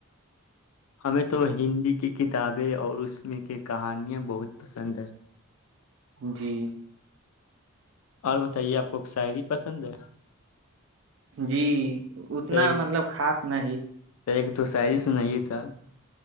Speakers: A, on the left; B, on the right.
A: ہمیں تو ہندی کی کتابیں اور اس میں کی کہانیاں بہت پسند ہیں
B: جی
A: اور بتائیے آپ کو شاعری پسند ہے
B: جی اتنا
A: تو ایک
B: مطلب خاص نہیں
A: ایک دو شاعری سنائیے تھا